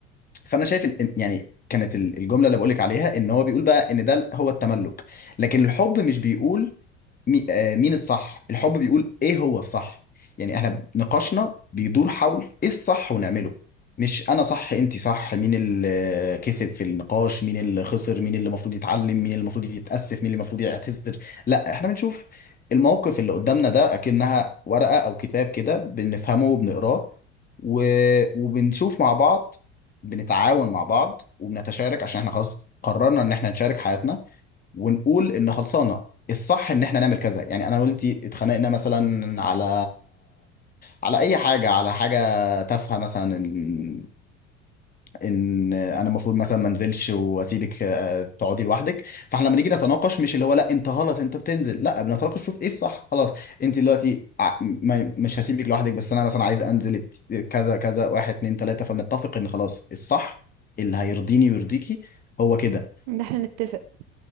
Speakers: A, on the left; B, on the right.
A: فانا شايف إن- إن- يعني كانت ال- الجمله اللي بقولك عليها ان هو بيقول بقى ان ده هو التملك لكن الحب مش بيقول مي- آه، مين الصح الحب بيقول ايه هو الصح يعني احنا نقاشنا بيدور حول ايه الصح ونعمله مش انا صح انت صح مين اللي كسب في النقاش مين اللي خسر مين اللي المفروض يتعلم مين اللي المفروض يتأسف مين اللي المفروض يعتذر لا احنا بنشوف الموقف اللي قدامنا ده اكنها ورقة او كتاب كده بنفهمه وبنقراه و... وبنشوف مع بعض بنتعاون مع بعض وبنتشارك عشان احنا خلاص قررنا ان احنا نشارك حياتنا ونقول ان خلصانه الصح ان احنا نعمل كذا يعني انا وانت اتخانقنا مثلا على على اي حاجه على حاجه تافهه مثلا ان ان انا المفروض مثلا ما انزلش واسيبك آه، تقعدي لوحدك فاحنا لما نيجي نتناقش مش اللي هو لا انت غلط انت بتنزل لا بنتناقش شوف ايه الصح خلاص انت دلوقتي ع- ما- مش هسيبك لوحدك بس انا مثلا عايز انزل ات- كذا كذا واحد اتنين تلاته فبنتفق ان خلاص الصح اللي هيرضيني ويرضيكي هو كده
B: ان احنا نتفق